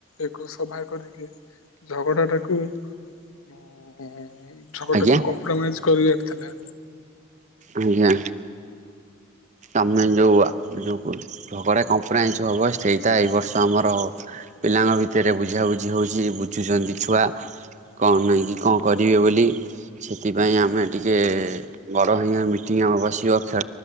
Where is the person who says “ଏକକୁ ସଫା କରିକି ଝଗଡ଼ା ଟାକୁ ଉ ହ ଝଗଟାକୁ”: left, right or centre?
Left